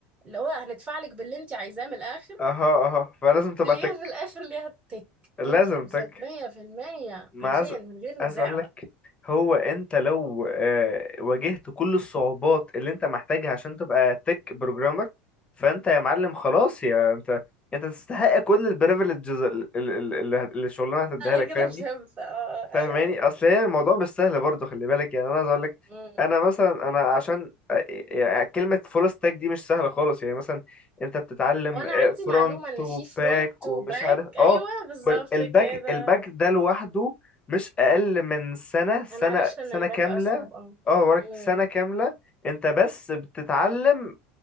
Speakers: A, on the right (about 25°); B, on the left (about 20°).
A: اللي هو هندفع لك باللي انت عايزاه من الاخر
B: اها اها فلازم تبقى
A: تلاقيها
B: تك
A: في الاخر ليها تك
B: لازم
A: 100%
B: تك
A: 100%
B: ما
A: حرفيا
B: عايز
A: من غير
B: عايز
A: نزاع
B: اقول
A: بقى
B: لك هو انت لو آه، واجهت كل الصعوبات اللي انت محتاجها عشان تبقى تك بروجرامر فانت يا معلم خلاص يا انت انت تستحق كل البريفليجز اللي اللي- اللي الشغلانه هتديها
A: انا
B: لك
A: كده
B: فاهمني
A: فهمت اه آه،
B: فاهماني
A: ايوه ايوه
B: اصل هي الموضوع مش سهل برضه خلي بالك يعني انا عايز اقول لك
A: مم.
B: انا مثلا انا عشان آه، يعني كلمه فول ستاك دي مش سهله خالص يعني مثلا انت بتتعلم
A: وانا عندي
B: فرونت
A: معلومة ان
B: وباك
A: في فرونت
B: ومش
A: وباك
B: عارف
A: ايوه
B: اه
A: بالظبط
B: والباك
A: كده
B: الباك ده لوحده مش اقل من سنه سنه
A: انا عرفت ان
B: سنه
A: الباك
B: كامله
A: اصعب اه
B: اه وراك
A: مم.
B: سنه كامله انت بس بتتعلم